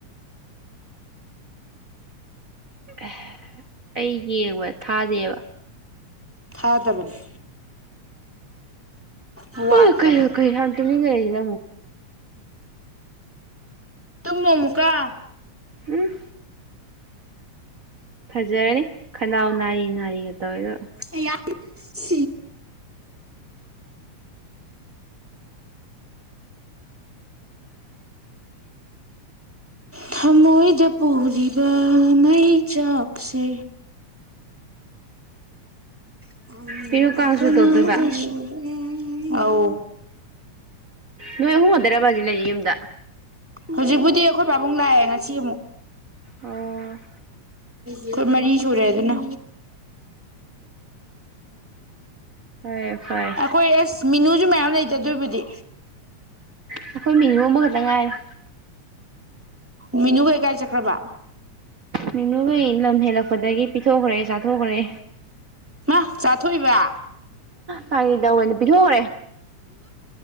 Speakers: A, on the right; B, in the centre.
A: ꯑꯦ ꯑꯩ ꯌꯦꯡꯕ ꯊꯥꯗꯦꯕ
B: ꯊꯥꯗꯕꯅꯤ ꯋꯥꯠꯄꯅꯤ
A: ꯑꯣ ꯀꯩꯅꯑꯣ ꯀꯩ ꯌꯥꯝ ꯇꯨꯃꯤꯅꯤꯡꯉꯩ <unintelligible>
B: ꯇꯨꯃꯨ ꯃꯨꯛꯀꯥ
A: ꯎꯝ ꯐꯖꯔꯅꯤ ꯈꯅꯥꯎ ꯅꯥꯔꯤ ꯅꯥꯔꯤꯒ ꯇꯧꯋꯦꯗꯨꯒ
B: ꯑꯌꯥ <unintelligible> ꯊꯃꯣꯏꯗ ꯄꯨꯔꯤꯕ ꯃꯩꯆꯥꯛꯁꯦ <unintelligible>
A: ꯄꯤꯔꯨ ꯀꯥꯡꯁꯨ ꯇꯧꯗꯣꯏꯕ
B: ꯑꯥꯎ
A: ꯅꯣꯏ ꯑꯍꯨꯝ ꯍꯩꯗꯔꯕꯥꯥꯗꯂ ꯌꯨꯝꯗ
B: ꯍꯧꯖꯤꯛꯄꯨꯗꯤ ꯑꯩꯈꯣꯏ ꯄꯥꯕꯨꯡ ꯂꯥꯛꯑꯦ ꯉꯁꯤ ꯑꯃꯨꯛ
A: ꯑꯣ
B: ꯑꯩꯈꯣꯏ ꯃꯔꯤ ꯁꯨꯔꯦ ꯑꯗꯨꯅ
A: ꯐꯔꯦ ꯐꯔꯦ
B: ꯑꯩꯈꯣꯏ ꯑꯦ ꯃꯤꯅꯨꯖꯨ ꯃꯌꯥꯝ <unintelligible> ꯑꯗꯨꯕꯨꯗꯤ
A: ꯑꯩꯈꯣꯏ ꯃꯤꯅꯨ ꯑꯝꯕꯛꯇ ꯉꯥꯏꯔꯦ
B: ꯃꯤꯅꯨ ꯀꯩ ꯀꯥꯏ ꯆꯀ꯭ꯔꯕ
A: ꯃꯤꯅꯨꯒꯤ ꯂꯝ ꯍꯦꯜꯂꯛꯄꯗꯒꯤ ꯄꯤꯊꯣꯛꯈ꯭ꯔꯦ ꯆꯥꯊꯣꯛꯈ꯭ꯔꯦ
B: ꯃꯥ ꯆꯥꯊꯣꯛꯏꯕ
A: ꯐꯥꯒꯤ ꯇꯧꯕꯅꯤ ꯄꯤꯊꯣꯛꯈ꯭ꯔꯦ